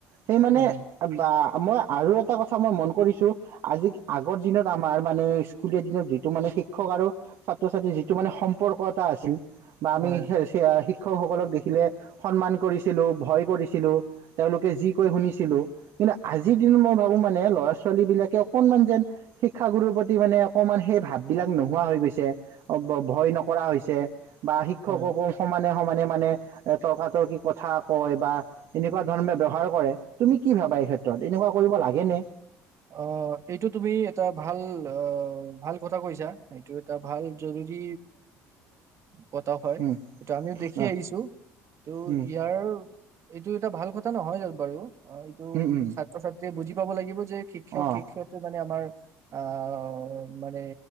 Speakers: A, on the right (about 65°); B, on the right (about 50°).
A: সেই মানে
B: হয়
A: বা মই আৰু এটা কথা মই মন কৰিছো আজি আগৰ দিনত আমাৰ মানে স্কুলীয়া দিনত যিটো মানে শিক্ষক আৰু ছাত্ৰ ছাত্ৰী যিটো মানে সম্পৰ্ক এটা আছিল <unintelligible>
B: হয়
A: শিক্ষকসকলক দেখিলে সন্মান কৰিছিলোঁ ভয় কৰিছিলোঁ তেওঁলোকে যি কৈ শুনিছিলোঁ কিন্তু আজিৰ দিনত মই ভাবোঁ মানে ল'ৰা ছোৱালীবিলাকে অকণমান যেন শিক্ষাগুৰুৰ প্ৰতি মানে অকণমান সেই ভাববিলাক নোহোৱা হৈ গৈছে অ ভয় নকৰা হৈছে। বা শিক্ষককো
B: হয়
A: সমানে স মানে মানে এ তৰ্কাতৰ্কি কথা কয় বা এনেকোৱা ধৰণে ব্যৱহাৰ কৰে তুমি কি ভাবা এই ক্ষেত্ৰত এনেকোৱা কৰিব লাগে নে
B: অ এইটো তুমি এটা ভাল অহ ভাল কথা কৈছা এইটো এটা ভাল জৰুৰী গত হয়টো
A: উম
B: আমিও দেখি
A: অ
B: আহিছো ত
A: উম
B: ইয়াৰ। এইটো এটা ভাল কথা নহয় জ বাৰু। অ এইটো
A: উম উম
B: ছাত্ৰ ছাত্ৰীয়ে বুজি পাব লাগিব যে। শিক্ষক
A: অ
B: শিক্ষয়িত্ৰী মানে আমাৰ অহ মানে